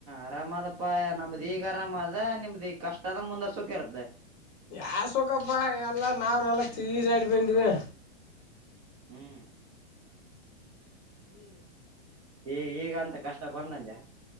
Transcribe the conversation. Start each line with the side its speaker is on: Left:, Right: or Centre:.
Right: ಅರಾಮ್ದಪ್ಪ ನಮ್ದ ಈಗ ಅರಾಮ್ ಅದ ನಿಮ್ದ ಈಗ ಕಷ್ಟ ಅದ ಮುಂದೆ ಸುಖಿ ಇರುತ್ತೆ
Left: ಯಾರ್ ಸುಕಪ್ಪಾ ಎಲ್ಲಾ ನಾವನೆಲ್ಲ ಚೀರಾಡ್ ಬಂದಿವವಿ
Right: ಹ್ಮ್
Left: ಹ್ಮ್
Right: ಹ ಈಗ ಅಂತ ಕಷ್ಟ ಬಂದಂದ